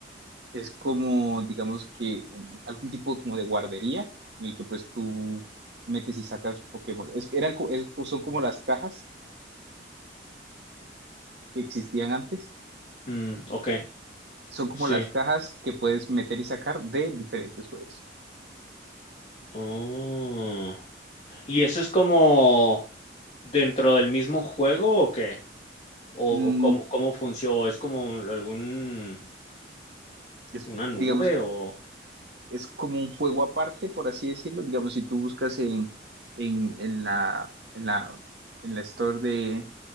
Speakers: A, on the right; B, on the left.
A: Es como, digamos que un- algún tipo como de guardería en el que pues tú metes y sacas Pokémon. Es, que eran, co- es- son como las cajas que existían antes.
B: Mm, okey,
A: Son como
B: sí.
A: las cajas que puedes meter y sacar de diferentes juegos.
B: Oh, ¿y eso es como dentro del mismo juego o qué? ¿O
A: Mm,
B: o cómo cómo funcio es como algún
A: es,
B: una nube
A: digamos,
B: o?
A: es como un juego aparte, por así decirlo. Digamos, si tú buscas en, en, en la, en la, en la store de,